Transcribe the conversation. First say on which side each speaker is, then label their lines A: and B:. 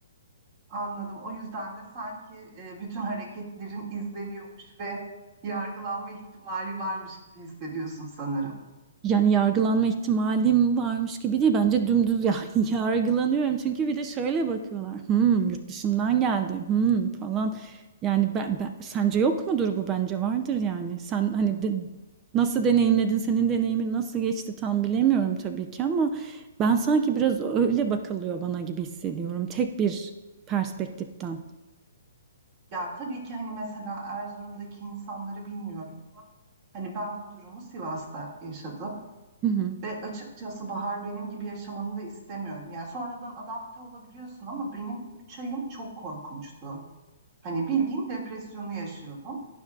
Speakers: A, on the right; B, on the right.
A: Anladım. O yüzden de sanki e, bütün hareketlerin izleniyormuş ve yargılanma ihtimali varmış gibi hissediyorsun sanırım.
B: Yani yargılanma ihtimalim varmış gibi değil. Bence dümdüz yani <laughs> yargılanıyorum. Çünkü bir de şöyle bakıyorlar. Hmm, yurt dışından geldi. Hmm, falan. Yani ben, ben- sence yok mudur bu? Bence vardır yani. Sen hani de- nasıl deneyimledin? Senin deneyimin nasıl geçti tam bilemiyorum tabii ki ama ben sanki biraz öyle bakılıyor bana gibi hissediyorum. Tek bir perspektiften.
A: Ya tabii ki hani mesela Erzurum'daki insanları bilmiyorum ama hani ben bu durumu Sivas'ta yaşadım
B: Hı hı.
A: ve açıkçası Bahar benim gibi yaşamanı da istemiyorum. Yani sonradan adapte olabiliyorsun ama benim 3 ayım çok korkunçtu. Hani bildiğin depresyonu yaşıyordum.